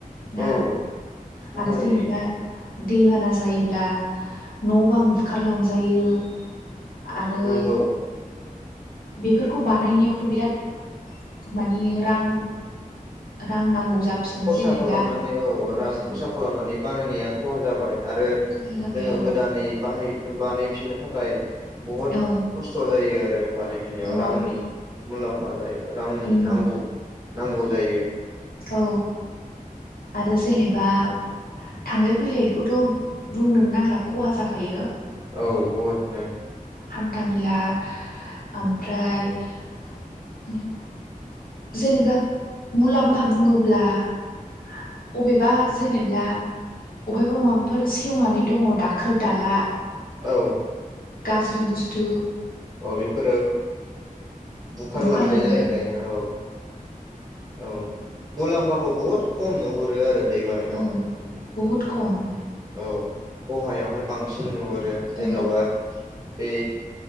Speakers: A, on the left; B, on the right.
A: ना
B: औ खहा
A: आरो
B: जायो
A: जेनेब्ला दैबाना जायोब्ला न' बां बुखारलांजायो । आरो
B: नंगौ
A: बेफोरखौ बानायनायाव बिराद माने रां रां नांगौ जाफिनो
B: खरसा
A: जेनेब्ला
B: खालामनानै औ
A: जोंसो
B: रां खरसा खालामनानै बानायनाया खहा जाबाय । आरो
A: खहा जाबाय
B: जोङो
A: औ
B: गोदानै बाहाय बानायफिननो थाखाय। बहुद
A: औ
B: खस्थ' जायो आरो बानायफिननायाव
A: औ
B: रांनि मुलाम्फा जायो। रांनि
A: उम
B: नांगौ नांगौ जायो।
A: औ आरो जेनेबा । थांलाय फैलायखौथ' बुंनोनो नांला खहा जाखायो ।
B: औ बहुदनो ।
A: हान्थामेला ओमफ्राय । जेनेबा मुलाम्फा बुङोब्ला । अबेबा जेनेब्ला । अहायबा माबाफोर सेवनानै दङ दाखोर दाला
B: औ
A: गाज्रि बुस्थु ।
B: औ बेफोरो बुखारलांनाय
A: बुखारलाङो
B: जाहैबाय औ । औ मुलाम्फाखौ बहुद खम नुहुरो आरो दै बानायावहाय।
A: औ बहुद खम ।
B: औ खहायावहाय बांसिन नुहुरो जेन'बा
A: औ
B: । बै